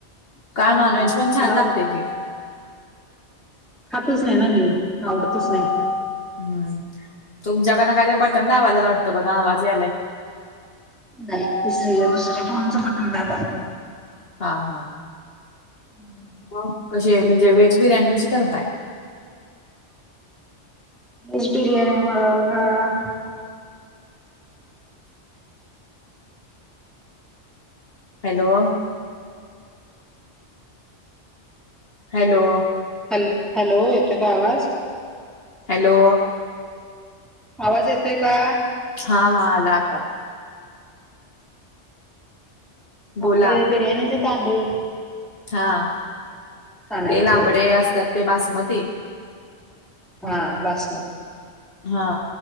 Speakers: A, in the centre; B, on the left.
A: हम्म
B: का नॉनव्हेज पण छान
A: तुला आवडत
B: लागतय की.
A: खातच नाही ना मी आवडतच नाही.
B: हम्म तुमच्याकडन काहीतर बटन दाबायलात वाटत बघा आवाज यायलाय.
A: नाही तिसरीला दुसऱ्या फोनच बटन दाबाव.
B: हा हां
A: हम्म
B: मग कशीये म्हणजे व्हेज बिर्याणी कशी करताय?
A: वेहेज बिर्याणी बरोबर <unintelligible>
B: हॅलो हॅलो
A: हॅलो हॅलो येतोय काय आवाज?
B: हॅलो
A: आवाज येतोय का?
B: हा हां आला आता. बोला
A: आपले बिर्याणीचे तांदूळ
B: हां
A: आणायचे
B: ते लांबडे असतात ते बासमती.
A: हां बासमती
B: हां